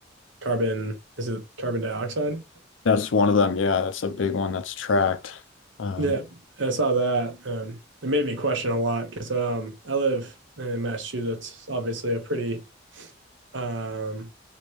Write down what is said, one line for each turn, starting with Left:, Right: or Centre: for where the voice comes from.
Right: carbon. Is it carbon dioxide?
Left: That's one of them. Yeah, that's a big one that's tracked. Um,
Right: Yeah, I saw that. Um, it made me question a lot because um, I live in Massachusetts, obviously a pretty um,